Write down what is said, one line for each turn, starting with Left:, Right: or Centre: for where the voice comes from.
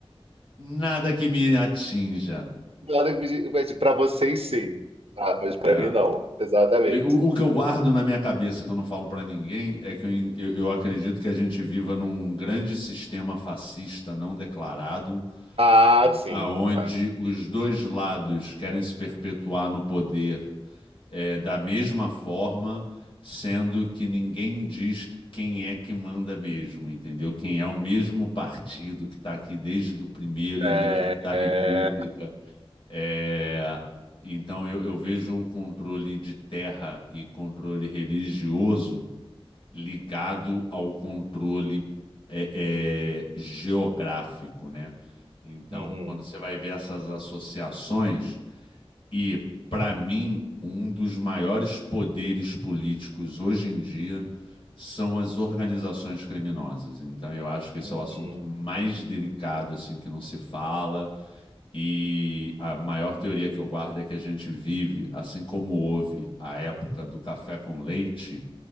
Left: Nada que me atinja.
Right: Claro que me di- mas Pra vocês, sim. Ah, mas pra
Left: É.
Right: mim, não. Exatamente.
Left: E O, o que eu guardo na minha cabeça, que eu não falo pra ninguém, é que eu, en- eu- eu acredito que a gente viva num grande sistema fascista não declarado,
Right: Ah,
Left: a-
Right: sim.
Left: aonde os dois lados querem se perpetuar no poder é, da mesma forma, sendo que ninguém diz quem é que manda mesmo, entendeu? Quem é o mesmo partido que está aqui desde o primeiro
Right: É.
Left: início da República.
Right: É, é.
Left: É, então eu, eu vejo o controle de terra e controle religioso ligado ao controle é, é, geográfico, né? Então,
Right: Uhum,
Left: quando você vai ver essas associações, e para mim, um dos maiores poderes políticos hoje em dia são as organizações criminosas. Então, eu acho que esse
Right: uhum,
Left: é o assunto mais delicado assim que não se fala e a maior teoria que eu guardo é que a gente vive, assim como houve a época do café com leite,